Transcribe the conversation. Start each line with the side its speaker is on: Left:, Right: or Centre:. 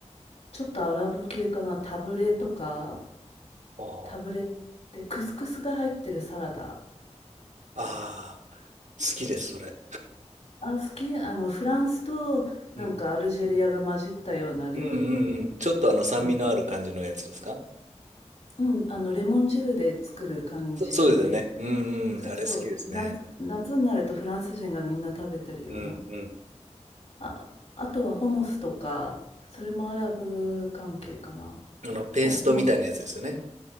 Left: ちょっとアラブ系かな、タブレとか、
Right: あー
Left: タブレってクスクスが入ってるサラダ。
Right: あー、好きです、それ。
Left: あ、好き、あの、フランスとなんかアルジェリアが混じったような料理だよね。
Right: うん、うん、うんうん。ちょっとあの酸味のある感じのやつですか
Left: うん。うん、あの、レモン汁で作る感じで、
Right: そ、そうですよね。うん、
Left: そうそう、
Right: うん、あれ好きですね。
Left: 夏、夏になるとフランス人がみんな食べてるような。
Right: うん、うん。
Left: あ、あとはホモスとか、それもアラブ関係かな。
Right: あの、ペーストみたいなやつですよね。
Left: ホ、ホモス。